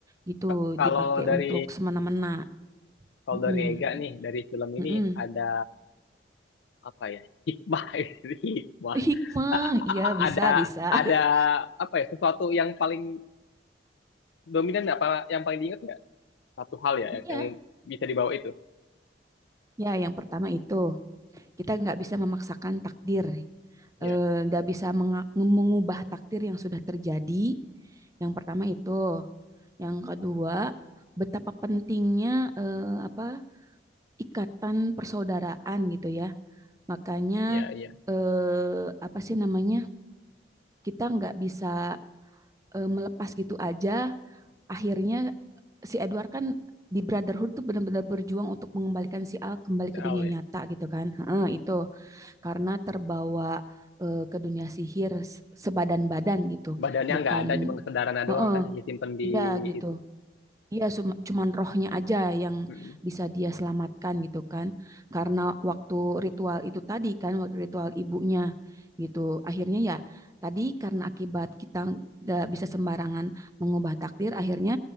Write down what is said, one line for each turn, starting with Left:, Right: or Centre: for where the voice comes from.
Right: Gitu
Left: Ka- Kalau
Right: dipakai
Left: dari
Right: untuk semena-mena.
Left: kalau
Right: Mm-mm,
Left: dari Ega nih, dari film
Right: mm-mm.
Left: ini ada apa ya? Hikmah, <laughs> hikmah.
Right: Hikmah,
Left: A-
Right: iya bisa
Left: Ada
Right: bisa.
Left: ada
Right: <laughs>
Left: apa ya? Sesuatu yang paling dominan apa yang paling diingat nggak satu hal ya
Right: Iya,
Left: yang bisa dibawa itu
Right: ya yang pertama itu. Kita nggak bisa memaksakan takdir,
Left: ya
Right: eh, nggak bisa mengubah takdir yang sudah terjadi. Yang pertama itu, yang kedua betapa pentingnya eh, apa ikatan persaudaraan gitu ya. Makanya
Left: iya iya
Right: eh, apa sih namanya kita nggak bisa eh, melepas gitu aja. Akhirnya si Edward kan di Brotherhood tuh benar-benar berjuang untuk mengembalikan si Al kembali
Left: soal
Right: ke dunia
Left: ya
Right: nyata gitu kan. Heeh, itu. karena terbawa eh, ke dunia sihir sebadan-badan gitu,
Left: badannya
Right: bukan
Left: nggak ada cuma kesadarannya
Right: heeh,
Left: doang kan yang disimpan di
Right: iya gitu.
Left: itu
Right: Iya, cum- cuman rohnya aja yang
Left: Mm-mm.
Right: bisa dia selamatkan gitu kan. Karena waktu ritual itu tadi kan, waktu ritual ibunya gitu. Akhirnya ya tadi karena akibat kita nggak bisa sembarangan mengubah takdir, akhirnya